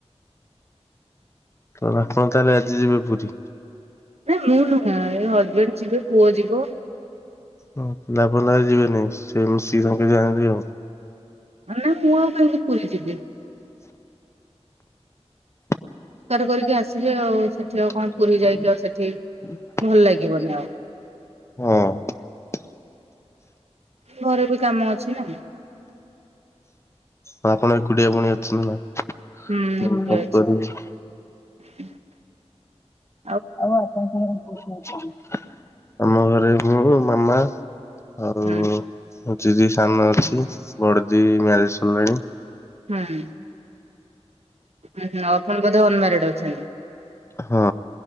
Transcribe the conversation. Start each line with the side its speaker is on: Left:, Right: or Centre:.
Left: ତ ଆପଣ ତାହେଲେ ଆଜି ଯିବେ ପୁରୀ।
Right: ନାଇଁ ମୁଁ ନୁହେ ଏ ହଜବେଣ୍ଡ ଯିବେ ପୁଅ ଯିବ।
Left: ହଁ ଆପଣ ତାହେଲେ ଯିବେନି ସେ ମିଶିକି <unintelligible>
Right: ନା ନା ମୁଁ ଆଉ କାହିଁକି ପୁରୀ ଯିବି ।
Left: <unintelligible>
Right: କରିକି ଆସିବେ ଆଉ ସେଠି ଆଉ କଣ
Left: ହଁ
Right: ପୁରୀ ଯାଇକି ଆଉ ସେଠି ଭଲ ଲାଗିବନି
Left: ।
Right: ଆଉ। ହୁଁ ଘରେ ବି କାମ ଅଛି ନା ।
Left: ହଁ ଆପଣ ଏକୁଟିଆ ପୁଣି ଅଛନ୍ତି ନା
Right: ହୁଁ ଏକୁଟିଆ ଅଛି।
Left: ।
Right: <inaudible>
Left: ଆଉ ଆପଣଙ୍କ ଘରେ କିଏ କିଏ ଅଛନ୍ତି ଆମ ଘରେ ମୁଁ ମାମା ଆଉ
Right: ହୁଁ
Left: ହଉଛି ଦି ସାନ ଅଛି ବଡ ଦି ମ୍ୟାରେଜ ସରିଲାଣି ।
Right: ହୁଁ । ହ ହୁଁ ଆପଣ ବୋଧେ ଅନମାରିଡ ଅଛନ୍ତି
Left: ହଁ